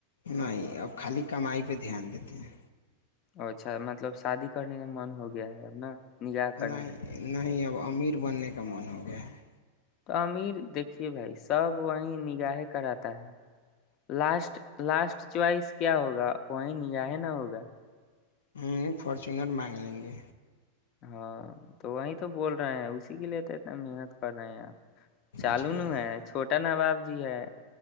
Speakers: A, on the left; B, on the left.
A: نہیں اب خالی کمائی پہ دھیان دیتے ہیں
B: اچھا مطلب شادی کرنے کا من ہو گیا ہے ا نا نگاہ کرنے
A: نہیں
B: کا
A: نہیں اب امیر بننے کا من ہو گیا ہے
B: تو امیر دیکھیے بھائی سب وہیں نگاہیں کراتتا ہے لاسٹ لاسٹ چوائس کیا ہوگا وہیں نیااہ نہ ہوگا
A: ہوں فارچونر مانگ لیں گے
B: ہاں تو وہی تو بول رہے ہیں اسی کے لیے تو اتنا محنت نہیں چالو
A: جی
B: ن ہے چوٹا ن بااز جی ہے